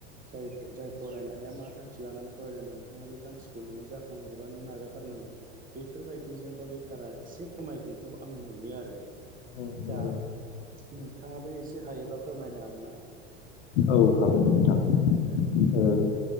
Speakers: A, on the right; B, on the left.
A: जाय जाय फरायनाया मा थांखि लानानै फरायदों नोंथाङा बे थांखिखौ नोङो जाफुंहोनोबा नों नाजाथारनांगोन। बेफोरबायदिजोंबा बेखारा एसे खमायगोनखौ आं नुयो आरो।
B: औ नंगौ
A: दा नोंथाङाबो एसे हायोबा फोरमायनो हागोन ना?
B: औ हागोन नोंथां
A: औ दे नोंथां
B: ओ